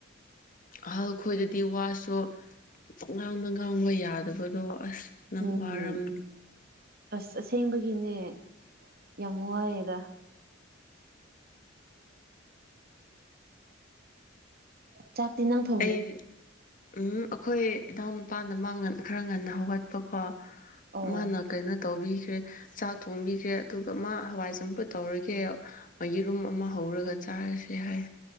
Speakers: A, on the left; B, on the right.
A: ꯑꯍꯜ ꯈꯣꯏꯗꯗꯤ ꯋꯥꯁꯨ ꯄꯪꯉꯥꯡꯗ ꯉꯥꯡꯕ ꯌꯥꯗꯕꯗꯣ ꯑꯁ ꯅꯪ
B: ꯎꯝ
A: ꯋꯥꯔꯝꯅꯤ
B: ꯑꯁ ꯑꯁꯦꯡꯕꯒꯤꯅꯦ ꯌꯥꯝ ꯋꯥꯏꯌꯦꯗ ꯆꯥꯛꯇꯤ ꯅꯪ ꯊꯣꯡ
A: ꯑꯩꯗꯤ ꯎꯝ ꯑꯩꯈꯣꯏ ꯏꯅꯥꯎ ꯅꯨꯄꯥꯅ ꯃꯥꯥ ꯉꯟ ꯈꯔ ꯉꯟꯅ ꯍꯧꯒꯠ ꯄꯀꯣ
B: ꯑꯣ ꯑꯣ
A: ꯃꯥꯅ ꯀꯩꯅꯣ ꯇꯧꯕꯤꯈ꯭ꯔꯦ ꯆꯥꯛ ꯊꯣꯡꯕꯤꯈ꯭ꯔꯦ ꯑꯗꯨꯒ ꯃꯥ ꯍꯋꯥꯏ ꯆꯝꯐꯨꯠ ꯇꯧꯔꯒꯦ ꯌꯦꯔꯨꯝ ꯑꯃ ꯍꯧꯔꯒ ꯆꯥꯔꯁꯦ ꯍꯥꯏ